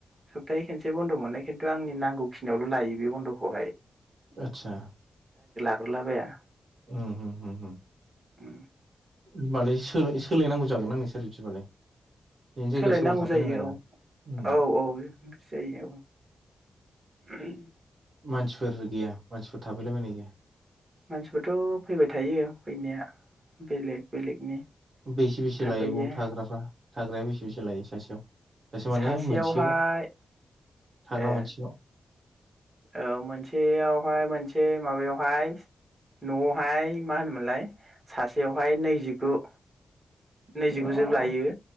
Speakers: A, on the right (about 30°); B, on the right (about 55°).
A: सप्ताहै खनसे बन्द' मोनो खिन्थु आंनि नांगौ खिनियावल' लायो बे बन्द'खौहाय।
B: आतसा
A: हरलाबाया
B: उम उम होम होम
A: उम
B: होमबालाय सोल-सोलायनांगौ जागोन ना नोंसोर बिदिबालाय? नोंनि जायगायाव
A: सोलायनांगौ
B: सोरबा थाफैनांगोन
A: जायो
B: ना उम
A: औ औ औ जायो औ। ओहोम
B: मानसिफोर गैया मानसिफोर थाफैला बायनाय गैया?
A: मानसिफोरथ' फैबाय थायो फैनाया बेलेग बेलेगनि
B: बेसे बेसे
A: थाफैयो
B: लायो बाव थाग्राफ्रा? थाग्राया बेसे बेसे लायो सासेयाव? सासे माने
A: सासेयावहाय
B: मोनसेयाव थाग्रा
A: ए
B: मोनसेयाव?
A: औ मोनसेयावहाय मोनसे माबायावहाय न'आवहाय मा होनोमोनलाय सासेयावहाय नैजिगु नैजिगुजौ
B: हाब
A: लायो